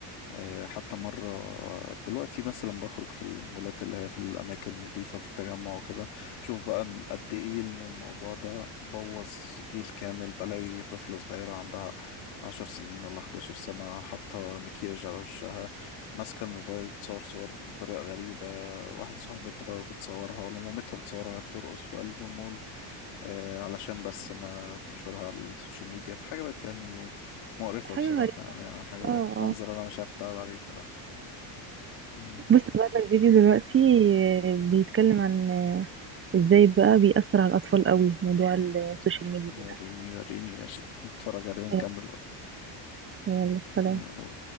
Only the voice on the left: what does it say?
آه، حتى مرة آه، دلوقتي مثلا بخرج في المولات اللي هي في الأماكن النظيفة في التجمع وكده شوف بقى إن قد إيه إن الموضوع ده بوظ جيل كامل بلاقي طفلة صغيرة عندها عشر سنين ولا 11 سنة حاطة مكياج على وشها ماسكة الموبايل بتصور صور بطريقة غريبة واحدة صاحبتها بتصورها ولا مامتها بتصورها وهي بترقص في قلب المول آه، علشان بس انها تنشرها على السوشيال ميديا في حاجة بقت يعني مقرفة
بصراحة
يعني حاجة
بقت
منظر انا مش عارف اتعرض عليه بصراحة مم.
وريني
وريني ماشي نتفرج عليه ونكمل
<laughs> بقى
يلا